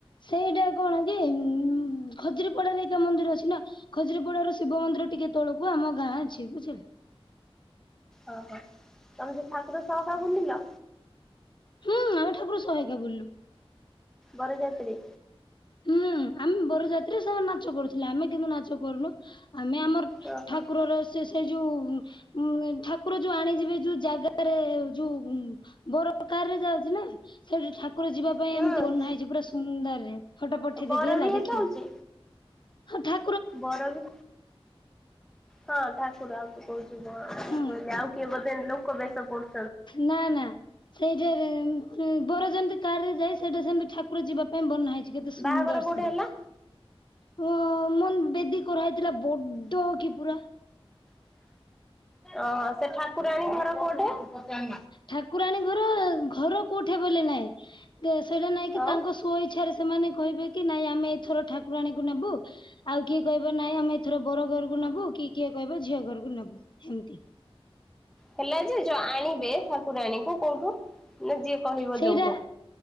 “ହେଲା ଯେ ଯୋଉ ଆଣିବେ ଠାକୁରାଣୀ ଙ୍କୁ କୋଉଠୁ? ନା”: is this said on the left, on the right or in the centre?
Centre